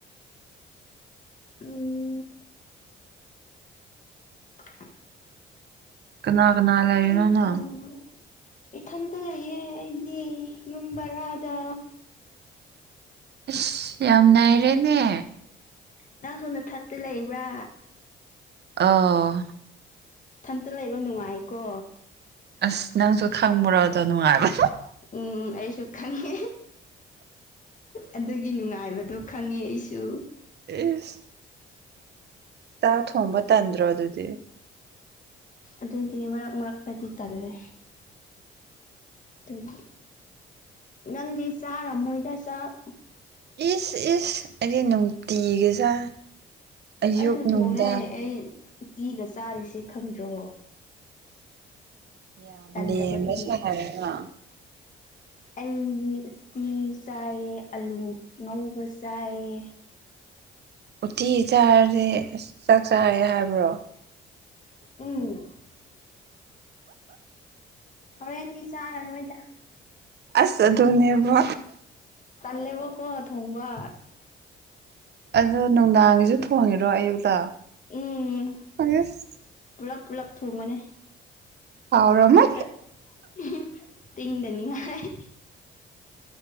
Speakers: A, on the left (about 40°); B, on the right (about 55°).
A: ꯎꯨꯝ <inaudible>
B: ꯀꯅꯥ ꯀꯅꯥ
A: ꯎꯇꯤ
B: ꯂꯩꯔꯤꯅꯣ ꯅꯪ
A: ꯊꯣꯡꯕꯅꯦ ꯏꯊꯟꯇ ꯂꯩꯌꯦ ꯑꯩꯗꯤ ꯌꯨꯝ ꯕꯔꯥꯗ
B: ꯏꯁ ꯌꯥꯝ ꯅꯥꯏꯔꯦꯅꯦ
A: ꯅꯪꯁꯨ ꯅꯊꯟꯇ ꯂꯩꯕ꯭ꯔꯥ
B: ꯑꯥꯎ
A: ꯊꯟꯇ ꯂꯩꯕ ꯅꯨꯡꯉꯥꯏꯀꯣ
B: ꯑꯁ ꯅꯪꯁꯨ ꯈꯪꯕꯨꯔꯣꯗꯣ ꯅꯨꯡꯉꯥꯏꯕ
A: ꯎꯝ ꯑꯩꯁꯨ ꯈꯪꯉꯦ ꯑꯗꯨꯒꯤ ꯅꯨꯡꯉꯥꯏꯕꯗꯣ ꯈꯪꯉꯦ ꯑꯩꯁꯨ
B: ꯏꯤꯁ ꯆꯥꯛ ꯊꯣꯡꯕ ꯇꯟꯗ꯭ꯔꯣ ꯑꯗꯨꯗꯤ
A: ꯑ ꯑꯗꯨꯗꯤ ꯃꯔꯛ ꯃꯔꯛꯇꯗꯤ ꯇꯜꯂꯦ ꯗꯨꯒꯤ ꯅꯪꯗꯤ ꯆꯥꯔꯝꯃꯣꯏꯗ ꯆꯥꯛ
B: ꯏꯤꯁ ꯏꯤꯁ ꯑꯩꯗꯤ ꯅꯨꯡꯇꯤꯒꯤ ꯆꯥꯏ ꯑꯌꯨꯛ
A: ꯑꯩꯁꯨ
B: ꯅꯨꯡꯗꯥꯡ
A: ꯊꯣꯡꯉꯦ ꯑꯩ ꯎꯇꯤꯒ ꯆꯥꯔꯤꯁꯦ ꯈꯪꯗ꯭ꯔꯣ
B: ꯌꯥꯝ
A: ꯇꯟꯗꯕꯒꯤꯅꯦ
B: ꯂꯦꯝꯕ ꯁꯥꯟꯅꯔꯒ
A: ꯑꯩꯗꯤ ꯎꯇꯤ ꯆꯥꯏꯌꯦ ꯑꯂꯨ ꯉꯧꯕ ꯆꯥꯏꯌꯦ
B: ꯎꯇꯤ ꯆꯥꯔꯗꯤ ꯑꯁ ꯆꯥꯛ ꯆꯥꯔꯦ ꯍꯥꯏꯕ꯭ꯔꯣ
A: ꯎꯨꯝ ꯍꯣꯔꯦꯟꯗꯤ ꯆꯥꯔꯔꯣꯏꯗ
B: ꯑꯁ ꯑꯗꯨꯅꯦꯕ
A: ꯇꯜꯂꯦꯕꯣꯀꯣ ꯊꯣꯡꯕ
B: ꯑꯗꯣ ꯅꯨꯡꯗꯥꯡꯒꯤꯁꯨ ꯊꯣꯡꯉꯤꯔꯣ ꯑꯌꯨꯛꯇ
A: ꯎꯝ
B: ꯑꯁ
A: ꯄꯨꯂꯞ ꯄꯨꯂꯞ ꯊꯨꯡꯕꯅꯤ
B: ꯍꯥꯎꯔꯝꯃꯥ
A: ꯍꯦ ꯎꯍꯨ ꯇꯤꯡꯗꯅꯤꯡꯉꯥꯏ